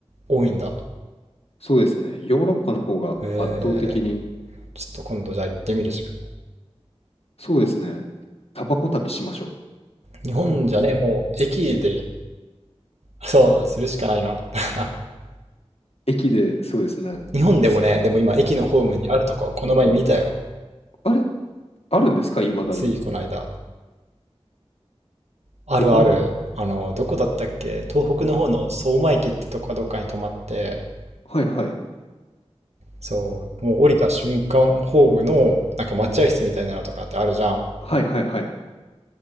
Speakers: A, on the right; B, on the left.
A: 多いんだ。
B: そうですね。ヨーロッパの方が圧倒的に、
A: へえー、ちょっと今度じゃあ行ってみるしか。
B: そうですね。タバコ旅しましょう。
A: 日本じゃね、もう駅で、そう、するしかないな。<laughs>
B: 駅で、そうですね。
A: 日本でもね、
B: す、
A: でも今駅のホームにあるとこ、この前見たよ。
B: あれ、あるんですかいまだに。
A: ついこの間。あるある。
B: どこら辺
A: あの、どこだったっけ東北の方の相馬駅ってとこかどっかに泊まって、
B: はいはい。
A: そう、もう降りた瞬間、ホームのなんか待合室みたいなのとかってあるじゃん。
B: はいはいはい。